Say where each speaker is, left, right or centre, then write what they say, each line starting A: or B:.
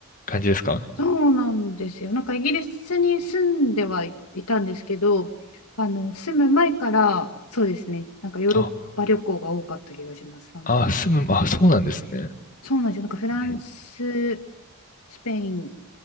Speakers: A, on the left; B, on the left.
A: 感じですか
B: そうなんですよ。なんかイギリスに住んではいたんですけど、あの住む前からそうですね、なんかヨーロッパ旅行が多かった気がします。
A: あ、
B: あの
A: あ、住む、あ、そうなんですね。
B: そうなんですよ。なんかフランス、
A: う
B: スペイン